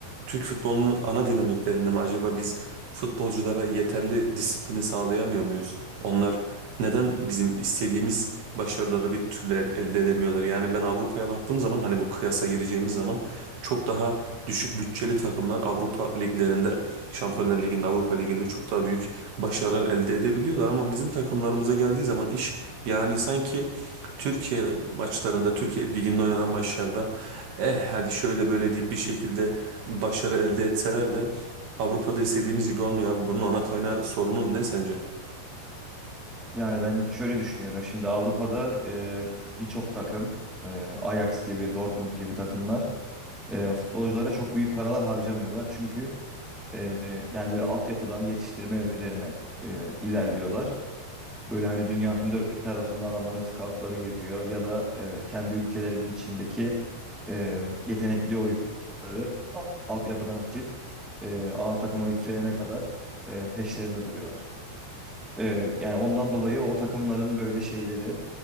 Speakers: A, on the right; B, in the centre.
A: Türk futbolunun ana dinamiklerinde mi acaba biz futbolculara yeterli disiplini sağlayamıyor muyuz? Onlar neden bizim istediğimiz başarıları bir türlü el- elde edemiyorlar? Yani ben Avrupa'ya baktığım zaman hani bu kıyasa gireceğimiz zaman çok daha düşük bütçeli takımlar Avrupa liglerinde Şampiyonlar Ligi'nde, Avrupa Ligi'nde çok daha büyük başarılar elde edebiliyorlar ama bizim takımlarımıza geldiği zaman iş yani sanki Türkiye maçlarında, Türkiye Ligi'nde oynanan maçlarda eh hadi şöyle böyle deyip bir şekilde başarı elde etseler de Avrupa'da istediğimiz gibi olmuyor abi. Bunun ana kaynağı sorunu ne sence?
B: Yani ben şöyle düşünüyorum şimdi Avrupa'da e, birçok takım e, Ajax gibi Dortmund gibi takımlar e, futbolculara çok büyük paralar harcamıyorlar. Çünkü Ee, yani böyle altyapıdan yetiştirme üzerine e, ilerliyorlar. Böyle hani dünyanın dört bir tarafında adamların scoutları geziyor ya da e, kendi ülkelerinin içindeki e, yetenekli oyuncuları a- altyapıdan seçip e, A takıma yükselene kadar e, peşlerinde duruyorlar. E, yani ondan dolayı o takımların böyle şeyleri